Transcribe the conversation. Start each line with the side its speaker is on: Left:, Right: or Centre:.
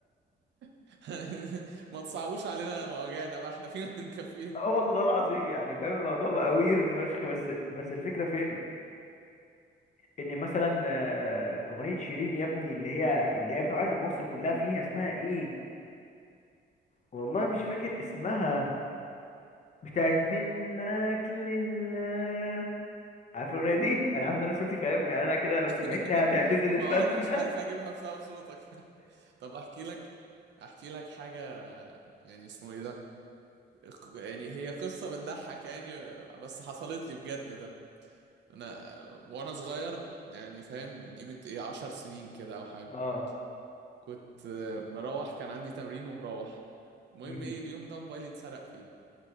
Right: <laughs> ما تصعبوش علينا مواجعنا بقى احنا فينا مكفين
Left: اه والله العظيم يعني فاهم الموضوع بقى ويرد فشخ بس بس الفكره فين ان مثلا آه، اغنيه شيرين يا ابني اللي هي اللي هي بتعيط مصر كلها فيها اسمها ايه والله مش فاكر اسمها بتاعت منك لله عارف الاغنيه دي انا عارف ان انا صوتي فاهم يعني انا كده لو سمعتني
Right: <laughs>
Left: هتعتزل الفن
Right: ما انا
Left: <laughs>
Right: مش عارف اجيبها بسبب صوتك <laughs> طب احكي لك احكي لك حاجة يعني اسمه ايه ده يعني هي قصة بتضحك يعني بس حصلت لي بجد ده انا وانا صغير يعني فاهم من قيمة ايه عشر سنين كده او حاجة
Left: اه
Right: كنت آه، مروح كان عندي تمرين ومروح المهم
Left: امم
Right: ايه اليوم ده موبايلي اتسرق فيه